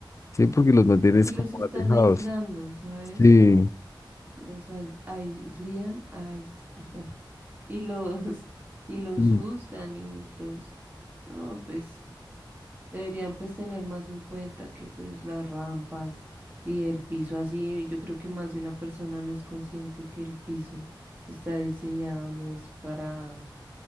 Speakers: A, on the left (about 35°); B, on the right (about 20°).
A: sí, porque los mantienes
B: que los
A: como
B: están
A: alejados.
B: aislando, ¿sabes?
A: Sí,
B: Los ais- aislan, ais- <laughs> bueno, y los, <laughs> y los
A: mm,
B: juzgan y los, no, pues Deberían pues tener más en cuenta que pues las rampas y el piso así, yo creo que más de una persona no es consciente que el piso está diseñado, no es para,